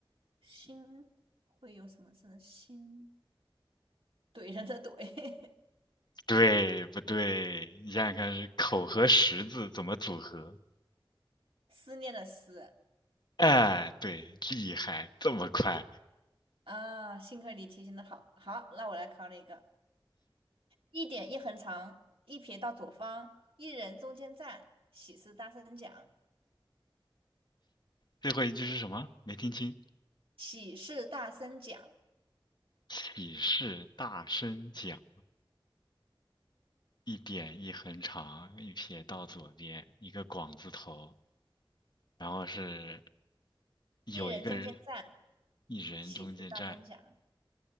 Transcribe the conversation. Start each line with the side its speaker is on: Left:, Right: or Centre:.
Right: 心会有什么字？心怼人的怼，
Left: 对不对？你想想看，是口和十字怎么组合？
Right: <laughs> 思念的思
Left: 哎，对，厉害，这么快。
Right: 啊，幸亏你提醒的好，好，那我来考你一个。一点一横长，一撇到左方，一人中间站，喜事大声讲，
Left: 最后一句是什么？没听清。
Right: 喜事大声讲，
Left: 喜事大声讲，一点一横长，一撇到左边，一个广字头，然后是有一个人，
Right: 一人中间站，
Left: 一人中间站。
Right: 喜事大声讲。